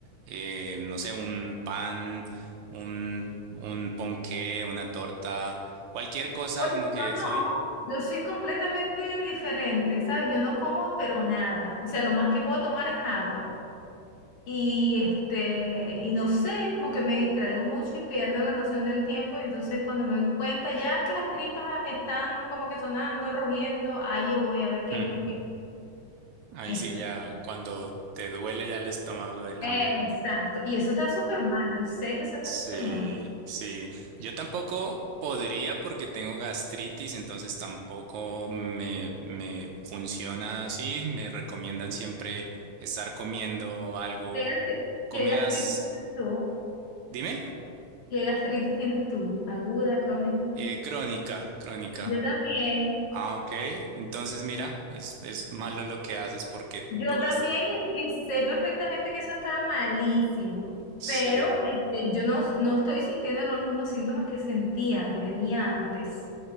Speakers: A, on the right; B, on the left.
A: eh, no sé, un pan, un, un ponqué, una torta, cualquier cosa
B: Oye,
A: como que
B: yo no,
A: soy...
B: yo soy completamente diferente, ¿sabes? Yo no como, pero nada. O sea, lo más que puedo tomar es agua. Y este, y no sé, como que me distraigo mucho y pierdo la noción del tiempo. Y entonces cuando me doy cuenta ya que las tripas están como que sonando, rugiendo, ahí yo voy a ver qué
A: Ujú.
B: es lo que
A: Ahí
B: estoy.
A: sí ya, cuando te duele ya el estómago del
B: Exacto.
A: hambre.
B: Y eso está súper mal. Yo sé que eso está
A: Sí,
B: súper mal.
A: sí. Yo tampoco podría porque tengo gastritis, entonces tampoco me, me funciona así. Me recomiendan siempre estar comiendo algo,
B: ¿Qué gastri-
A: comidas,
B: qué gastritis tienes tú?
A: dime,
B: ¿Qué gastritis tienes tú? ¿Aguda, crónica?
A: eh, crónica, crónica.
B: Yo también.
A: Ah, ok. Entonces, mira, es, es malo lo que haces porque
B: Yo
A: tú gas.
B: también y, y sé perfectamente que eso estaba malísimo,
A: Sí,
B: pero este, yo no, no estoy sintiendo los mismos síntomas que sentía, que tenía antes,